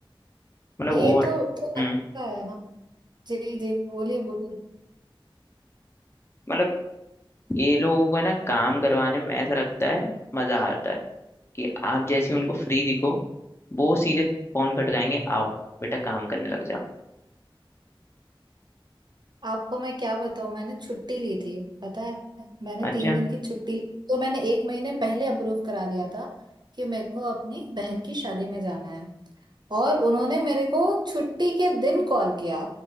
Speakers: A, on the left (about 30°); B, on the right (about 55°).
A: मतलब
B: ये
A: ओवर
B: तो तो
A: हम्म
B: हर का है ना जी जी बोलिए बोलिए
A: मतलब ये लोगों को है ना काम करवाने में ऐसा लगता है मज़ा आता है कि आप जैसे उनको फ्री दिखो वो सीधे फ़ोन खटकाएंगे आओ बेटा काम करने लग जाओ
B: आपको मैं क्या बताऊं मैंने छुट्टी ली थी पता है मैंने
A: अच्छा
B: तीन दिन की छुट्टी ली तो मैंने एक महीने पहले अप्रूव करा दिया था कि मेरे को अपनी बहन की शादी में जाना है और उन्होंने मेरे को छुट्टी के दिन कॉल किया